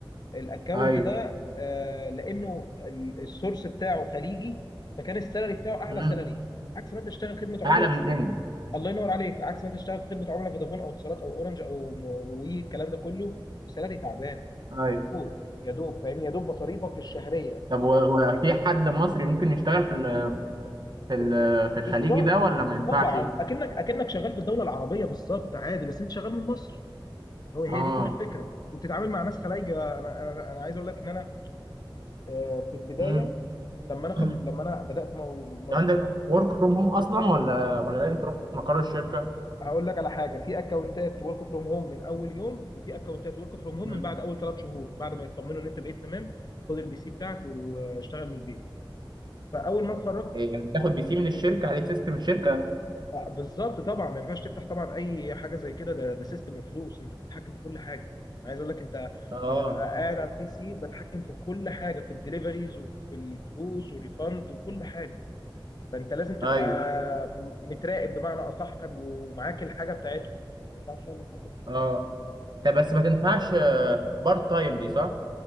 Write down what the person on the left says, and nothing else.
الاكونت
ده آه، لانه ال- السورس بتاعه خليجي فكان السالري بتاعه اعلى
سالري عكس ما انت تشتغل خدمه عملاء
الله ينور عليك عكس ما انت تشتغل في خدمه عملاء فودافون او اتصالات او اورنج او م- وي الكلام ده كله سالري تعبان
يا دوب يا دوب فاهمني يا دوب مصاريفك الشهريه
يعني
ال- ال-
بالظبط
طبعا اكنك اكنك شغال في الدوله العربيه بالظبط عادي بس انت شغال من مصر هو هي
دي كل الفكره وبتتعامل مع ناس خلايجه انا انا انا عايز اقول لك ان انا آه، في البدايه
لما انا
خل... لما انا بدات مو... مش...
هقول لك على حاجه في اكونتات ورك فروم هوم من اول يوم وفي اكونتات ورك فروم هوم
من بعد اول ثلاث شهور بعد ما يطمنوا ان انت بقيت تمام خد البي سي بتاعك واشتغل من البيت فاول ما اتخرجت
عم-
آه، بالظبط طبعا ما ينفعش تفتح طبعا اي حاجه زي كده ده ده سيستم وفلوس انت بتتحكم في كل حاجه أنا عايز اقول لك انت
انا ببقى قاعد على البي سي بتحكم في كل حاجه في الدليفريز وفي الفلوس والريفند وكل حاجه فانت لازم تبقى
م- متراقب بمعنى اصح ومعاك الحاجه بتاعتهم ما ينفعش تعمل حاجه في الشخصيه